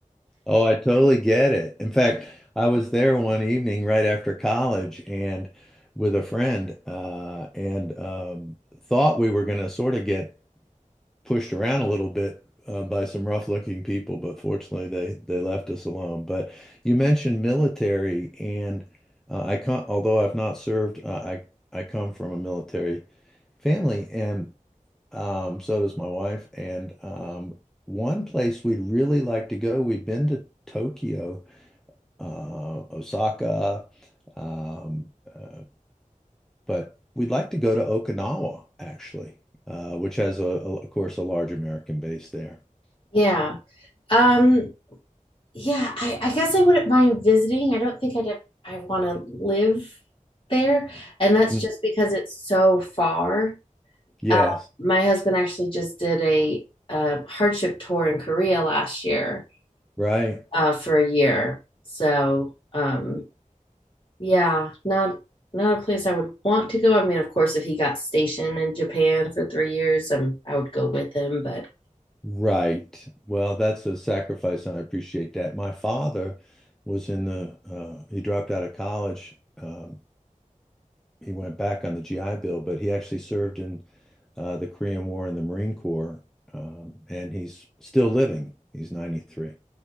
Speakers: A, in the centre; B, on the left.
A: Oh, I totally get it. In fact, I was there one evening right after college and with a friend, uh, and um, thought we were going to sort of get pushed around a little bit uh, by some rough-looking people, but fortunately they they left us alone. But you mentioned military, and uh, I come, although I've not served, uh, I I come from a military family, and um, so does my wife. And um, one place we'd really like to go, we've been to Tokyo uh, Osaka. um, uh, But we'd like to go to Okinawa, actually, uh, which has, a, a, of course, a large American base there.
B: <laughs> yeah. Um yeah, I, I guess I wouldn't mind visiting. I don't think I'd have, I want to live there. And that's
A: Mm.
B: just because it's so far.
A: Yes,
B: Uh, my husband actually just did a, a hardship tour in Korea last year
A: right,
B: uh, for a year. So um, Yeah, not not a place I would want to go. I mean, of course, if he got stationed in Japan for three years, um, I would go with him. But
A: right. Well, that's a sacrifice, and I appreciate that. My father was in the, uh, he dropped out of college. Um, he went back on the GI Bill, but he actually served in uh, the Korean War in the Marine Corps, um, and he's still living. He's 93.